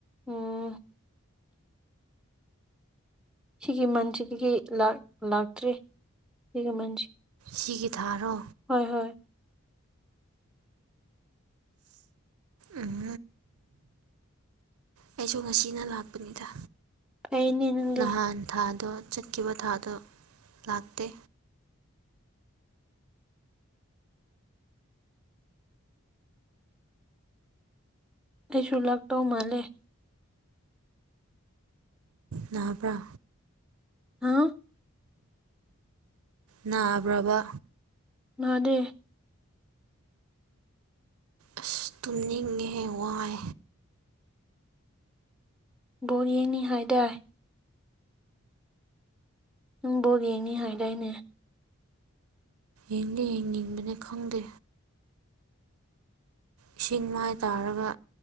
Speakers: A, in the centre; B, on the right.
A: ꯎꯝ ꯁꯤꯒꯤ ꯃꯟꯁꯤꯗꯒꯤ ꯂꯥꯛꯇ꯭ꯔꯤ ꯁꯤꯒꯤ ꯃꯟꯁꯤ
B: ꯁꯤꯒꯤ ꯊꯥꯔꯣ
A: ꯍꯣꯏ ꯍꯣꯏ
B: ꯎꯝ ꯑꯩꯁꯨ ꯉꯁꯤꯅ ꯂꯥꯛꯄꯅꯤꯗ
A: ꯐꯩꯅꯦ ꯅꯪꯗꯤ
B: ꯅꯍꯥꯟ ꯊꯥꯗꯣ ꯆꯠꯈꯤꯕ ꯊꯥꯗꯣ ꯂꯥꯛꯇꯦ
A: ꯑꯩꯁꯨ ꯂꯥꯛꯇꯧ ꯃꯥꯜꯂꯦ
B: ꯅꯥꯕꯔꯥ
A: ꯍꯥꯎ
B: ꯅꯥꯕ꯭ꯔꯕ
A: ꯅꯤꯗꯦ
B: ꯑꯁ ꯇꯨꯝꯅꯤꯡꯉꯦ ꯋꯥꯏ
A: ꯕꯣꯌꯦꯅꯤ ꯍꯥꯏꯗꯥꯏ ꯅꯪꯕꯣꯛ ꯌꯦꯡꯅꯤ ꯍꯥꯏꯗꯥꯏꯅꯦ
B: ꯏꯗꯤ ꯃ ꯈꯪꯗ ꯏꯁꯤꯡ ꯃꯥꯏ ꯇꯥꯔꯒ